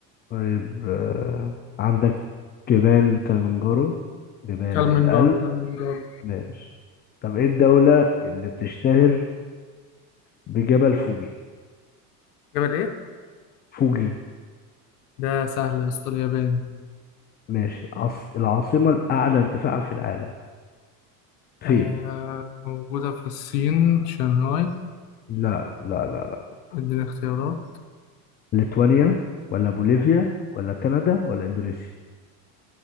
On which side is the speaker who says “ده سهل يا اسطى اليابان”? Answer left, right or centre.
Left